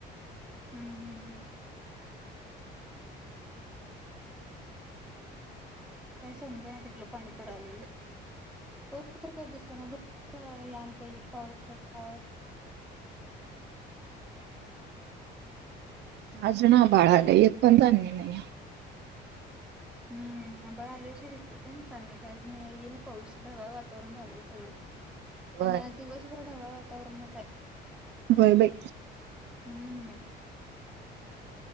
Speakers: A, in the centre; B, on the right (about 70°).
A: हम्म हम्म हम्म. काय समजा ना कुठलं पाणी पडायल. होसर काय दिस ना <unintelligible> पाऊस <unintelligible>
B: आज ना बाळाला एक पण धान्य नाहीय
A: हम्म आबाळ आले सोड इथं पण चांले काय मि येईल पाऊस ढगाळ वातावरण झालंय सगळं.
B: होय
A: आणि आज दिवसभर ढगाळ वातावरणच आहे.
B: होय बाई.
A: हम्म.